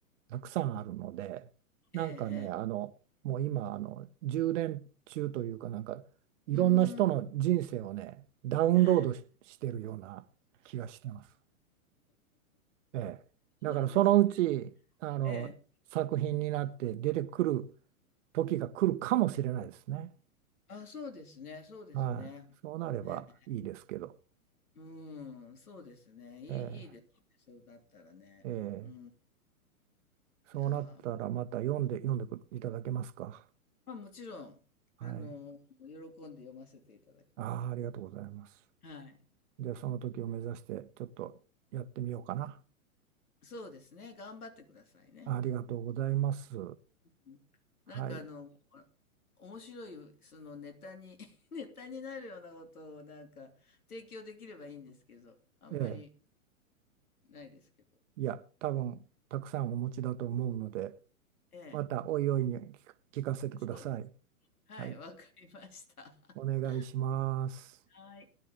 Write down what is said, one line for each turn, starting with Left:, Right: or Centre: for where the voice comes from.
Right: たくさんあるので、なんかね、
Left: え
Right: あの、
Left: え、
Right: もう今、あの、充電中というか、なんか、いろんな人の人生をね、
Left: ええ。うん。
Right: ダウンロードし、
Left: はい。
Right: してるような気がしてます。ええ。だから、
Left: そうなんです。
Right: そのうち、あの、
Left: ええ。
Right: 作品になって出てくる時が来るかもしれないですね。
Left: あ、そうですね。そうですね。
Right: はい。
Left: ほん
Right: そうなればいいですけど。
Left: とええうーん、そうですね。いいいいですね、
Right: え
Left: そうだったらね。
Right: え。ええ。
Left: うん。
Right: そうなったら、
Left: いやー、
Right: また読んで、読んでいただけますか。
Left: ま、もちろん、
Right: はい。
Left: あの、喜んで読ませていただきます
Right: ああ、ありがとうございます。
Left: はい。
Right: で、その時を目指してちょっとやってみようかな。
Left: そうですね、頑張ってくださいね。
Right: ありがとうございます。
Left: うん。なんかあの、
Right: はい。
Left: 面白いそのネタに <laughs> ネタになるようなことをなんか提供できればいいんですけど、あんまり
Right: ええ、
Left: ないですけど。
Right: いや、多分たくさんお持ちだと思うので、
Left: ええ、
Right: またおいおいに聞か聞かせてください。
Left: そうです。はい、
Right: はい。
Left: わかりました。<laughs>
Right: お願いします。
Left: はい。